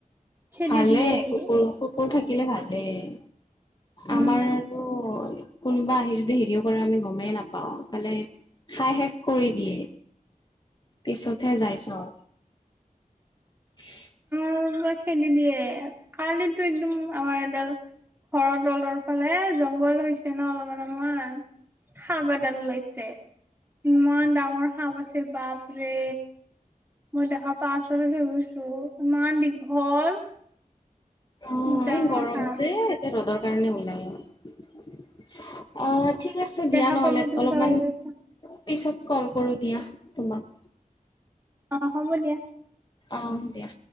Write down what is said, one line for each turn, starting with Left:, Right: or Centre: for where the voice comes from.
Right: খেদি
Left: ভালে
Right: দিয়েহি
Left: কুকুৰো। কুকুৰ থাকিলে ভালেই।
Right: উম
Left: আমাৰো কোনোবা আহি যদি হেৰিও কৰে আমি নাপাওঁ, ইফালে খাই শেষ কৰি দিয়ে। পিছতহে যাই চাওঁ। <unintelligible>
Right: <unintelligible> পৰা খেদি দিয়ে। কালিতো একদম আমাৰ এডাল ঘৰৰ তলৰ ফালে জংঘল হৈছে ন অলপমান-অলপমান সাপ এডাল ওলাইছে। ইমান ডাঙৰ সাপ আছিল বাপৰে। মই দেখা পাইছোঁ আচলতে ৰুইছো ইমান দীঘল।
Left: উম!
Right: ডাঙৰ
Left: এই গৰম
Right: সাপ,
Left: যে এতিয়া ৰ'দৰ কাৰণে ওলায়। অঁ! ঠিক আছে দিয়া
Right: এই সাপে
Left: নহ'লে,
Right: মোক কেনেকুৱা
Left: অলপমান
Right: লাগি আছে,
Left: পিছত কল কৰোঁ দিয়া তোমাক।
Right: অঁ! হ'ব দিয়া।
Left: অঁ! দিয়া।